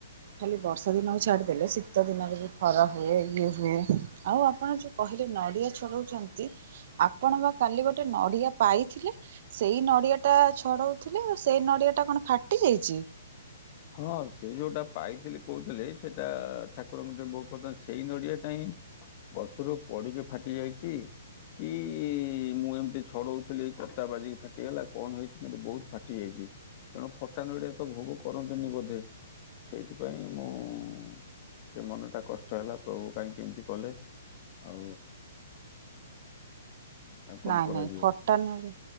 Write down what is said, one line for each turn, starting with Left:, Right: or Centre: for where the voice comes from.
Right: ଖାଲି ବର୍ଷା ଦିନ ବି ଛାଡିଦେଲେ ଶୀତ ଦିନରେ ବି ଖରା ହୁଏ ଇଏ ହୁଏ ଆଉ ଆପଣ ଯୋଉ କହିଲେ ନଡ଼ିଆ ଛଡ଼ଉଛନ୍ତି ଆପଣ ବା କାଲି ଗୋଟେ ନଡ଼ିଆ ପାଇଥିଲେ ସେଇ ନଡ଼ିଆ ତ ଛଡଉଥିଲେ ଆ ସେଇ ନଡ଼ିଆ ଟା କଣ ଫାଟି ଯାଇଛି?
Left: ହଁ ସେ ଯୋଉଟା ପାଇଥିଲେି କହୁଥିଲେ ସେଇଟା ଠାକୁରଙ୍କ ଟିକେ ବହୁତ କଥା ସେଇ ନଡିଆ ଟା ହିଁ ବଛରୁ ପଡିକି ଫାଟି ଯାଇଛି କି ମୁଁ ଏମିତି ଛଡଉଥିଲି କତା ବାଜିିକି ଫାଟିଗଲା କଣ ହେଇଛି କିୁ ବହୁତ ଫାଟି ଯାଇଛି। ତେଣୁ ଫଟା ନଡ଼ିଆ ଏ ତ ଭୋଗ କରନ୍ତୁନି ବୋଧେ? ସେଇଥିପାଇଁ ମୁଁ ମନଟା କଷ୍ଟ ହେଲା ପ୍ରଭୁ କାହିଁକି ଏମିତି କଲେ। ଆଉ ଆଉ କଣ
Right: ନାଇଁ
Left: କରାଯିବ
Right: ନାଇଁ ଫଟା ନଡ଼ିଆ